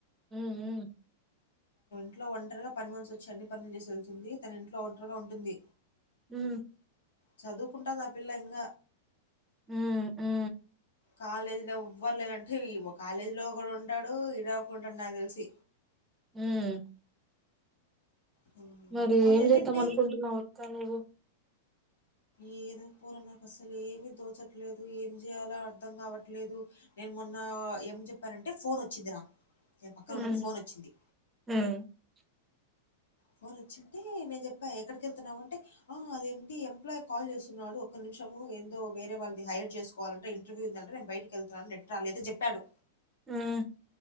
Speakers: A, on the right; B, on the left.
A: ఊఉ
B: ఇంట్లో ఒంటరిగా పనిమనిషొచ్చి అన్ని పనులు చేసి వెళ్తుంది, తన ఇంట్లో ఒంటరిగా ఉంటుంది.
A: ఉ
B: చదువుకుంటాది ఆ పిల్ల ఇంగ
A: ఊ ఉ
B: కాలేజీలో ఎవ్వరు లేరంటే ఈమ కాలేజీ లో ఒక ఉంటాడు ఇడ ఒక ఉంటడు నాకు దెలిసి
A: హ్మ్మ్
B: హ్మ్.
A: మరి
B: మొన్నెళ్ళింటే
A: ఏం చేద్దాం అనుకుంటున్నావ్ ఒక్క నువ్వు
B: ఏదో పోరా నాకు అసలు ఏమి తోచట్లేదు ఏం చేయలో అర్ధం కావట్లేదు నేను మొన్న ఏం చెప్పారంటే ఫోన్ వచ్చిందిరా నేను పక్కన
A: హ్మ్.
B: ఉన్నప్పుడు ఫోన్ వచ్చింది
A: హ్మ్. <inaudible>
B: ఫోన్ వచ్చింటే నేను చెప్పా ఎక్కడికి వెళ్తున్నావు అంటే ఆ అదేంటి ఎంప్లాయ కాల్ చేస్తున్నాడు ఒక నిమిషం ఏందో వేరే వాళ్ళది హైర్ చేసుకోవాలంటే ఇంటర్వ్యూ ఏందంటే నేను బయటకి వెళ్తున్నాను నెట్ రాలేదు అని చెప్పాడు
A: హ్మ్మ్